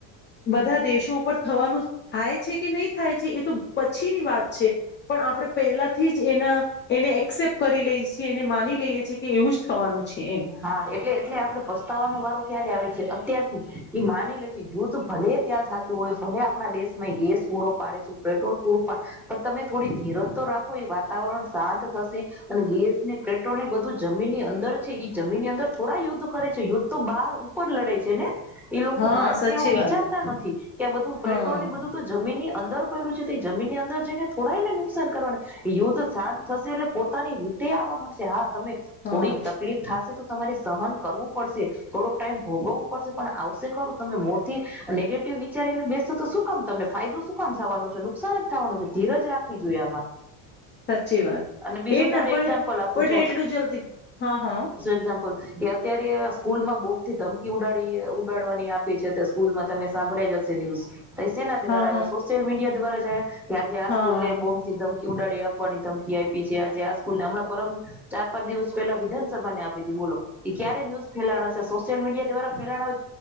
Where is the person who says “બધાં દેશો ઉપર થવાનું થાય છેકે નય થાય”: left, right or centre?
Left